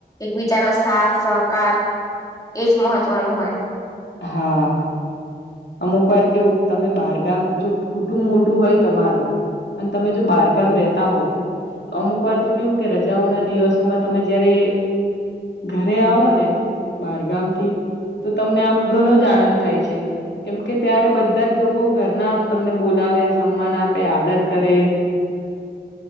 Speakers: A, on the left; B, on the left.
A: એકબીજાનો, સાથ સહકાર એજ મહત્વનો હોય.
B: હા અમુક વાર કે તમે બારગામ જો કુટુંબ મોટું હોય, તમારુ- અને, તમે જો બારગામ રતા હો અમુક વાર, તો કેવું કે રજાઓના દિવસોમાં તમે જયારે ઘરે આવો, ને બારગામ થી. તો તમને આમ ઘણો, જ આનંદ થાય છે. કેમકે ત્યારે, બધા જ લોકો ઘરના આમ તમને બોલાવે સન્માન આપે આદર કરે.